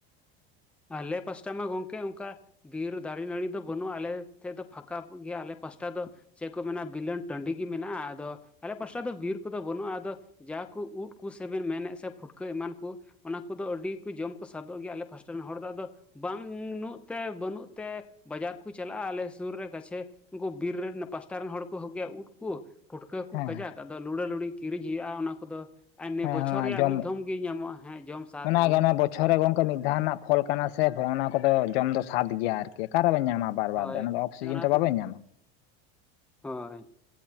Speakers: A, in the centre; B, on the left.
A: ᱟᱞᱮ ᱯᱟᱥᱴᱟ ᱢᱟ ᱜᱚᱢᱠᱮ ᱚᱱᱠᱟ ᱵᱤᱨ ᱫᱟᱨᱮ ᱱᱟᱹᱲᱤ ᱫᱚ ᱵᱟᱹᱱᱩᱜᱼᱟ ᱟᱞᱮ ᱥᱮᱫ ᱫᱚ ᱯᱷᱟᱸᱠᱟ ᱜᱮᱭᱟ ᱟᱞᱮ ᱯᱟᱥᱴᱟ ᱫᱚ ᱪᱮᱫ ᱠᱚ ᱢᱮᱱᱟ ᱵᱤᱞᱟᱹᱱ ᱴᱟᱺᱰᱤ ᱜᱮ ᱢᱮᱱᱟᱜᱼᱟ ᱟᱫᱚ ᱟᱞᱮ ᱯᱟᱥᱴᱟ ᱫᱚ ᱵᱤᱨ ᱠᱚᱫᱚ ᱵᱟᱹᱱᱩᱜᱼᱟ ᱟᱫᱚ ᱡᱟ ᱠᱚ ᱩᱫ ᱠᱚ ᱥᱮᱵᱮᱱ ᱢᱮᱱᱮᱫ ᱥᱮ ᱯᱷᱩᱴᱠᱟᱹ ᱮᱢᱟᱱᱠᱩ ᱚᱱᱟ ᱠᱚᱫᱚ ᱟᱹᱰᱤ ᱠᱚ ᱡᱚᱢ ᱠᱚ ᱥᱟᱫᱚᱜ ᱜᱮᱭᱟ ᱟᱞᱮ ᱯᱟᱥᱴᱟ ᱨᱮᱱ ᱦᱚᱲ ᱫᱚ ᱟᱫᱚ ᱵᱟᱝ ᱵᱩᱱᱩᱜ ᱛᱮ ᱵᱟᱹᱱᱩᱜ ᱛᱮ ᱵᱟᱡᱟᱨ ᱠᱚ ᱪᱟᱞᱟᱜᱼᱟ ᱟᱞᱮ ᱥᱩᱨ ᱨᱮ ᱠᱟᱪᱷᱮ ᱩᱱᱠᱩ ᱵᱤᱨ ᱨᱮᱱ ᱯᱟᱥᱴᱟ ᱨᱮᱱ ᱦᱚᱲ ᱠᱚ ᱦᱟᱜᱩᱭᱟ ᱩᱫ ᱩᱫ ᱠᱚ ᱯᱷᱩᱴᱠᱟᱹ ᱠᱚ
B: ᱦᱮᱸ
A: ᱠᱟᱡᱟᱠ ᱟᱫᱚ ᱞᱩᱲᱟᱹ ᱞᱩᱲᱤ ᱠᱤᱨᱤᱧ ᱦᱩᱭᱩᱜᱼᱟ ᱚᱱᱟ ᱠᱚᱫᱚ ᱟᱨ
B: ᱦᱮᱸ
A: ᱵᱚᱪᱷᱚᱨ
B: ᱦᱮᱸ
A: ᱨᱮᱭᱟᱜ
B: ᱡᱚᱢ
A: ᱢᱤᱫ ᱫᱷᱚᱢ ᱜᱮ ᱧᱟᱢᱚᱜᱼᱟ ᱦᱮᱸ ᱡᱚᱢ ᱥᱟᱫ
B: ᱚᱱᱟᱜᱮ
A: ᱵᱚᱞᱮ
B: ᱚᱱᱟ ᱵᱚᱪᱷᱚᱨ ᱨᱮ ᱜᱚᱝᱠᱮ ᱢᱤᱫ ᱫᱷᱟᱣ ᱨᱮᱱᱟᱜ ᱯᱷᱚᱞ ᱠᱟᱱᱟ ᱥᱮ ᱚᱱᱟ ᱠᱚᱫᱚ ᱡᱚᱢ ᱫᱚ ᱥᱟᱫ ᱜᱮᱭᱟ ᱟᱨᱠᱤ ᱚᱠᱟᱨᱮᱵᱚᱱ ᱧᱟᱢᱟ ᱵᱟᱨ ᱵᱟᱨ
A: ᱦᱳᱭ
B: ᱫᱚ ᱚᱱᱟ ᱫᱚ ᱚᱯᱷᱥᱤᱡᱮᱱ
A: ᱦᱮᱸ ᱚᱱᱟ
B: ᱛᱚ ᱵᱟᱵᱮᱱ
A: ᱠᱚ
B: ᱧᱟᱢᱟ
A: ᱦᱳᱭ